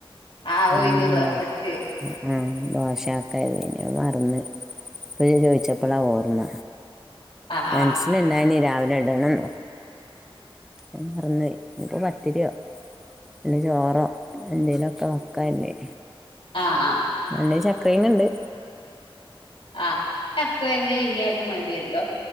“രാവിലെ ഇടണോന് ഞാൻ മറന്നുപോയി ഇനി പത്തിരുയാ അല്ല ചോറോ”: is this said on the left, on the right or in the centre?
Centre